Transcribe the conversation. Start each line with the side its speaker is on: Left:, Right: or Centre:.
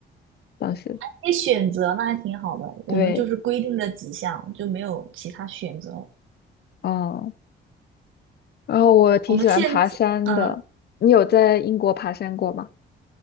Left: 当时
Right: 可以选择，那还挺好的。我们就是规定了几项，
Left: 对，
Right: 就没有其他选择。
Left: 嗯，然后我挺喜欢爬山的。
Right: 我们现在，嗯。
Left: 你有在英国爬山过吗？